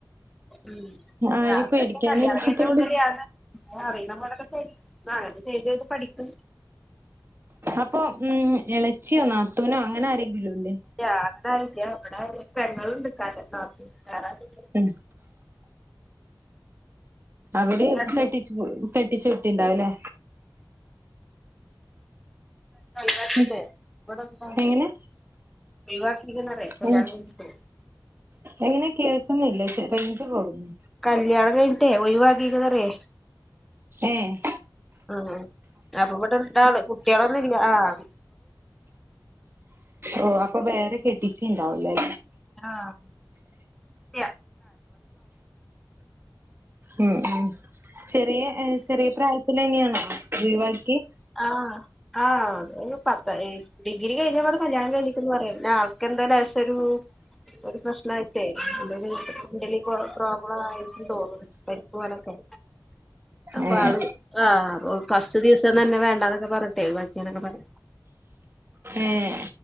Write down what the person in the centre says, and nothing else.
ഉ
ആ അതക്കെ
കല്യാണം
കഴിഞ്ഞ മുതല് ഞാന് അറീണ പോലൊക്കെ ചെയ്ത് ചെയ്ത് പടിക്ക്
ഇല്ല അടനെ ആരുമല്ല ഇവിടെ പെങ്ങളുണ്ട് ഇക്കാക്ക താത്ത വേറെ ആരും
രണ്ട്
ഴത്തിട്ടേ
ഇവിടെന്താ
ഒഴിവാക്കീന്നുപറയാ കല്യാണം
കഴിച്ചിട്ട്
കല്യാണം കഴിഞ്ഞിട്ടേ ഒഴിവാക്കീന്നറിയ
ആഹ് അപ്പ ഇവിടട്ടാള് കുട്ട്യാളൊന്നും ഇല്ല ആഹ്
ആഹ് യ്യാ
ആഹ് ആഹ് ഒരു പത്തഏ ഡിഗ്രി കഴഞ്ഞപാട് കല്യാണം കയിഞ്ഞ് പറയണ്ടാ ആൾക്കെന്തോ ലെശോരു പ്രശ്നായിട്ടേ എന്തൊരു ഇതില് പ്രോ പ്രോബ്ലം ആയിട്ട് തോന്നും പരിപ്പ് പോലെത്തെ അപ്പ
ആള് ആഹ് ഓക്ക് ഫസ്റ്റ് ദിവസം തന്നെ വേണ്ടാന്നൊക്കെ പറഞ്ഞിട്ടെ വെക്കന്നൊക്കെ പറഞ്